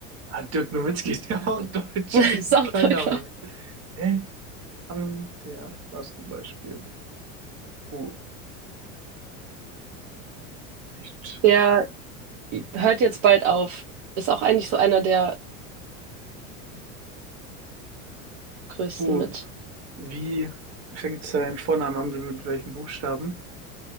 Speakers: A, on the right (about 40°); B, on the right (about 55°).
A: Ah, Dirk Nowitzki ist ja auch Deutsch.
B: <laughs> Ist
A: Das ist
B: auch
A: kein
B: Deutscher.
A: Name. Hä? Ami, der Basketball spielt. Oh, echt.
B: Der hört jetzt bald auf. Ist auch eigentlich so einer der größten
A: Oh,
B: mit,
A: wie fängt sein Vorname an? Mit welchem Buchstaben?